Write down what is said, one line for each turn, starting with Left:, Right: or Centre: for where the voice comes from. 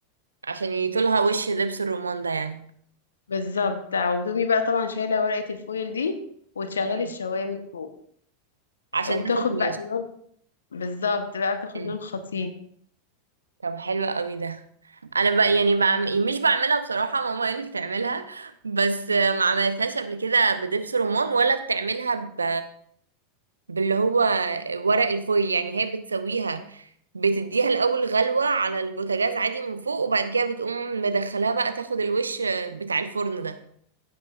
Right: عشان يطولها وش لبس الرمان ده يعني
Left: بالظبط وتقومي بقى طبعا شايلة ورقة الفويل دي وتشغلي
Right: ماشي.
Left: الشواية من فوق
Right: عشان
Left: وتاخد
Right: تاخد وش
Left: بقى لون بالظبط بقى بتاخد
Right: مم.
Left: لون خطير
Right: طب حلو قوي ده انا بقى يعني بعمل مش بعملها بصراحه ماما هي اللي بتعملها بس ما عملتهاش قبل كده بدبس رمان ولا بتعملها ب... باللي هو ورق الفويل يعني هي بتسويها بتديها الاول غلوه على البوتاجاز عادي من فوق وبعد كده بتقوم مدخلاها بقى تاخد الوش بتاع الفرن ده